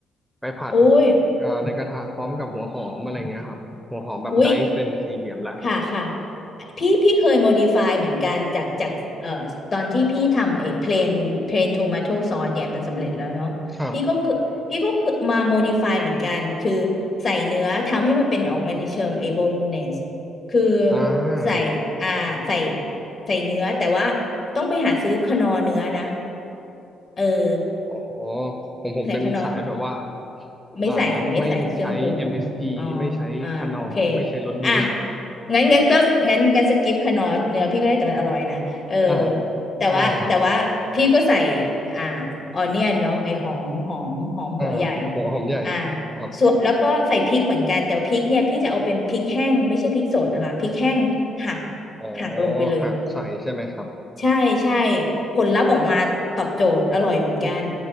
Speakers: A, in the centre; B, on the left.
A: ไปผัด
B: โอ้ย
A: เอ่อในกระทะพร้อมกับหัวหอมอะไรเงี้ยครับหัวหอมแบบไดซ์เป็นสี่เหลี่ยมละ
B: อุ๊ย ค่ะค่ะพี่พี่เคย modify เหมือนกันจากจากเอ่อตอนที่พี่ทำไอ้ plain plain tomato sauce เนี่ยเป็นสำเร็จแล้วเนาะพี่ก็คือพี่ก็คือมา
A: ครับ
B: modify เหมือนกันคือใส่เนื้อทำให้มันเป็นออกมาในเชิงไอ้โบโลเนสคือ
A: อ่า
B: ใส่อ่าใส่ใส่เนื้อแต่ว่าต้องไปหาซื้อคนอเนื้อนะเออ
A: อ๋อผมผมเป็นสายแบบว่า
B: ใส่คนอ ไม่ใส่ไม่ใส่เครื่องปรุง
A: อ่าไม่ใช้ MSG
B: อ๋อ
A: ไม่ใช้คานอร์ไม่ใช้รถดี
B: อ่าโอเคอ่ะงั้นงั้นก็งั้นงั้นสกิปขนอร์เนื้อพี่ก็ได้แต่มันอร่อยนะเออ
A: อ่า
B: แต่ว่าแต่ว่าพี่ก็ใส่
A: ได้ครับ
B: อ่าออเนียนเนาะไอหอมหอมหอมหัวใหญ่
A: อ่าหัวหอมใหญ่
B: อ่า
A: ครับ
B: ส่วนแล้วก็ใส่พริกเหมือนกันแต่พริกเนี่ยพี่จะเอาเป็นพริกแห้งไม่ใช่พริกสดนะคะพริกแห้งหัก
A: อ๋อ
B: หักลงไปเลย
A: หักใส่ใช่ไหมครับ
B: ใช่ใช่ผลลัพธ์ออกมาตอบโจทย์อร่อยเหมือนกัน